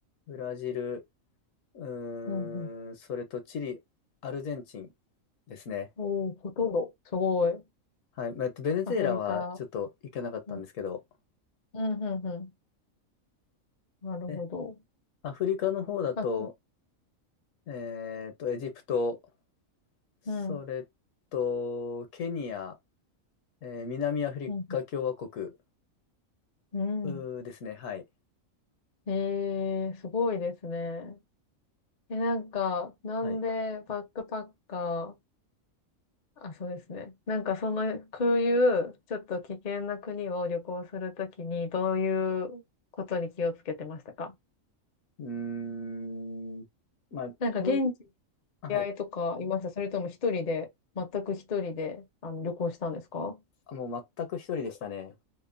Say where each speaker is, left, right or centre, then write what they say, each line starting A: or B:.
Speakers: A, on the left (about 75°); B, on the left (about 50°).
A: ブラジル、う
B: うんうん。
A: ーん、それとチリ、アルゼンチンですね。
B: おー、ほとんど。すごい。
A: はい、まあえっと、ベネズエラはちょっと行けなかったんですけど、
B: アフリカ。うん、うん、うん。うんなるほど。
A: ねアフリカの方だと、
B: あ、
A: えっと、エジプト、それと、
B: うん。
A: ケニア、えー南アフリカ共和国、
B: うんうんうん。
A: うーですね。はい。
B: ええ、すごいですね。え、なんか、なんでバックパッカー、
A: はい。
B: あ、そうですね。なんかその、こういう、ちょっと危険な国を旅行するときに、どういうことに気をつけてましたか
A: うーん、まあ、
B: なんか現地に知
A: 基本、あはい。
B: り合いとかいましたそれとも一人で、全く一人で、あの、旅行したんですか
A: あもう全く一人でしたね。